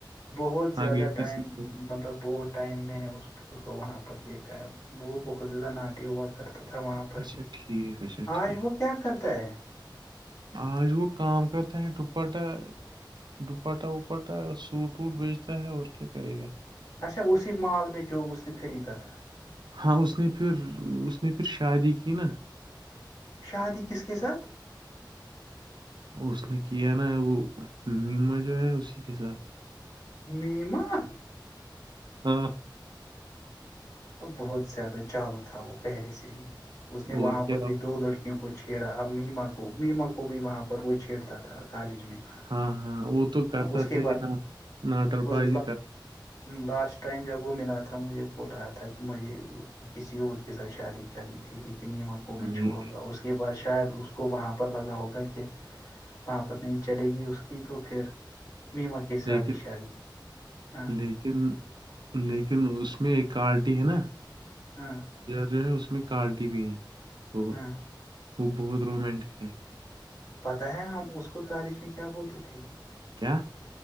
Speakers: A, on the left; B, on the right.
A: بہت زیادہ
B: آگے
A: ٹائم
B: کسی کے
A: مطلب بہت ٹائم میں نے اس اس کو وہاں پر دیکھا ہے وہ بہت زیادہ ناٹی ہوا کرتا تھا وہاں پر
B: اچھا
A: بھی
B: ٹھیک اچھا ٹھیک
A: آج وہ کیا کرتا ہے
B: آج وہگ کام کرتا ہے ڈپٹا <unintelligible> ڈپاٹا وپاٹا سوٹ ووٹ بیچتا ہے اور کیا کرے گا
A: اچا اسی مال میں جو اس نے خریدا تھا تھا
B: ہاں اس نے پھر اس نے پھر شادی کی نا
A: شادی کس کے کے ساتھ
B: اس نے کیا نا وہ میما جو ہے اسی کے ساتھ
A: میما
B: ہاں <unintelligible>
A: تو بہت زیادہ چالو تھا وہ پہلے سے ہی اس نے
B: اور
A: وہاں
B: کیا
A: پر بھی دو لڑکی کیوں کو چھیڑا اب میما کو مما کو بھی وہاں پر وہ چھیڑتا تھا کالج میں <unintelligible> <unintelligible>
B: ہاں ہاں وہ تو کرتا
A: اس کے
B: تھا
A: بعد
B: یہ ناٹر
A: اس
B: باز ہی کر
A: لاسٹ ٹائم جب وہ ملا تھا مجھے بول رہا تھا تھا کہ مجھے کسی اور کے ساتھ شادی کرنی تھی لیکن میما کو میں
B: نہیں
A: چھوڑوں گا اس کے بعد شاید اس کو وہاں پر لگا ہوگا کہ وہاں پر نہیں چلے گی اس کی تو پھر میما کی کے ساتھ
B: لیکن
A: ہی شادی ہاں
B: لیکن لیکن لیکن اس میں ایک کالٹی ہے نا
A: ہاں <unintelligible> <unintelligible>
B: جو ہے اس میں کوالٹی بھی ہے بہت
A: ہاں
B: وہ بہت رومینٹک ہے
A: پتاہ ہے ہم اس کو کالج میں کیا بولتے تھے
B: کیا